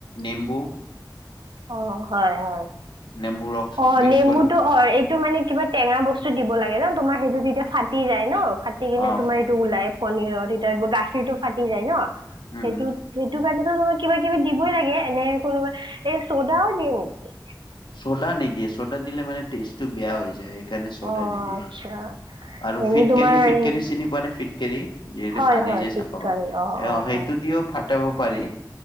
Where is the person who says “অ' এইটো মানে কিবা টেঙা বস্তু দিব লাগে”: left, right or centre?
Right